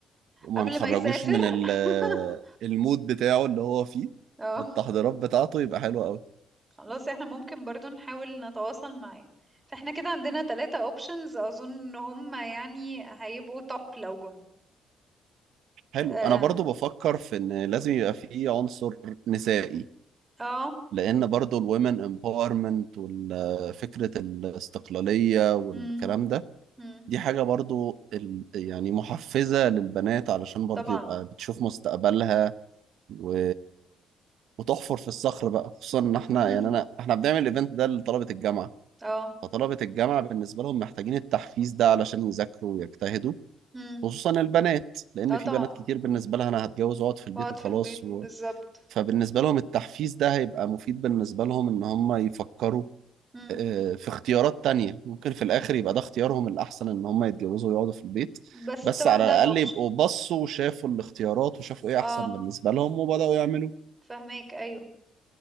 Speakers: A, on the right; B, on the right.
A: وما
B: قبل
A: نخرجوش
B: ما يسافر
A: من ال-
B: <laughs>
A: المود بتاعه اللي هو فيه
B: اه
A: بالتحضيرات بتاعته يبقى حلو قوي
B: خلاص احنا ممكن برضو نحاول نتواصل معاه فاحنا كده عندنا ثلاثة اوبشنز اظن ان هم يعني هيبقوا توب لو جم
A: حلو
B: اه
A: انا برضو بفكر في ان لازم يبقى فيه عنصر نسائي
B: اه
A: لان برضو الومن امباورمنت وفكره الاستقلاليه والكلام
B: مم،
A: ده
B: مم،
A: دي حاجه برضو ال- يعني محفزه للبنات علشان برضو
B: طبعا
A: يبقى بتشوف مستقبلها و وتحفر في الصخر بقى خصوصا ان احنا
B: <laughs>
A: يعني انا احنا بنعمل الايفنت ده لطلبه الجامعه
B: اه
A: فطلبه الجامعه بالنسبه لهم محتاجين التحفيز ده علشان يذاكروا ويجتهدوا
B: مم،
A: خصوصا البنات لان
B: اه طبعا
A: في بنات كتير بالنسبه لها انا هتجوز واقعد في البيت
B: واقعد
A: وخلاص
B: في البيت بالظبط
A: فبالنسبة لهم التحفيز ده هيبقى مفيد بالنسبة لهم إن هم يفكروا
B: مم،
A: آه، في اختيارات تانية ممكن في الآخر يبقى ده اختيارهم الأحسن إن هم يتجوزوا ويقعدوا في البيت
B: بس
A: بس
B: طبعا
A: على
B: ده
A: الأقل
B: الاوبشن
A: يبقوا بصوا وشافوا الاختيارات وشافوا إيه
B: اه
A: أحسن بالنسبة لهم وبدأوا يعملوا
B: فهماك ايوه